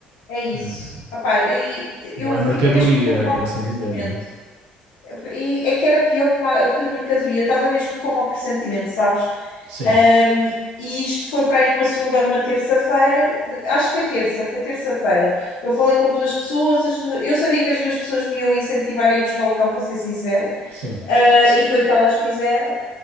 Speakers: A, on the left (about 85°); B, on the right (about 85°).
A: É isso.
B: Ah,
A: Epá, e eu
B: não é
A: fiquei
B: mercadoria,
A: mesmo com um mau
B: por
A: pressentimento.
B: assim dizer, não é?
A: E é que era pior que, ma- que mercadoria. Eu estava mesmo com um mau pressentimento, sabes?
B: Sim,
A: Um, e isto foi para aí numa segunda ou numa terça-feira. Acho que foi terça, foi terça-feira. Eu falei com duas pessoas, as duas- eu sabia que as duas pessoas me iam incentivar a ir buscar o cão, vou ser sincera.
B: sim.
A: Uh, e foi o que elas fizeram.